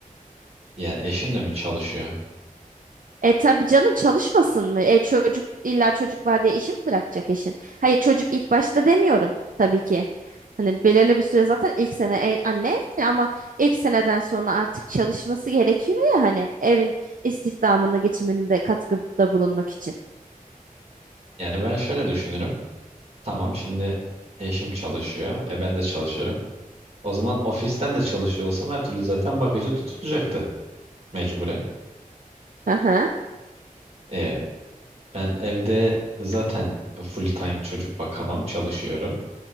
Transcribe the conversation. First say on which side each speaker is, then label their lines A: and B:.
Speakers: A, on the right (about 45°); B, on the right (about 70°).
A: ya eşim de mi çalışıyor?
B: E tabii canım çalışmasın mı? E çocuk illa çocuk var diye işi mi bırakacak eşin? Hayır çocuk ilk başta demiyorum tabii ki. Hani belirli bir süre zaten ilk sene e- anne evde ama ilk seneden sonra artık çalışması gerekiyor ya hani evin istihdamını geçimini de katkıda bulunmak için.
A: Yani ben şöyle düşünürüm. Tamam şimdi eşim çalışıyor. E ben de çalışıyorum. O zaman ofisten de çalışıyor olsam her türlü zaten bakıcı tutulacaktı mecburen.
B: Aha.
A: E, ben evde zaten full time çocuk bakamam çalışıyorum.